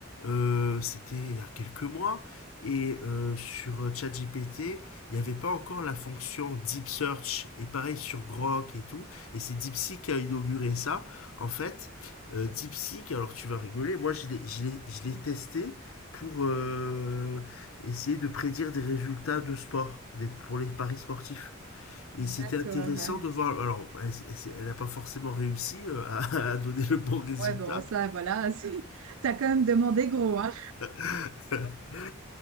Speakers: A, on the left (about 85°); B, on the right (about 85°).
A: euh, c'était il y a quelques mois, et euh, sur euh, ChatGPT, il n'y avait pas encore la fonction Deep Search, et pareil sur Grok et tout, et c'est DeepSeek qui a inauguré ça. En fait, euh, DeepSeek, alors tu vas rigoler, moi je l'ai je l'ai- je
B: Mmh.
A: l'ai testé pour euh, essayer de prédire des résultats de sport, des- pour les paris sportifs. Et
B: D'accord.
A: c'était intéressant
B: Ouais,
A: de voir. Alors, elle c'est- elle n'a pas forcément réussi euh, à, <laughs> à donner le bon résultat,
B: Ouais, bon, ça, voilà, <laughs> c'est- t'as quand même demandé gros, hein.
A: <laughs>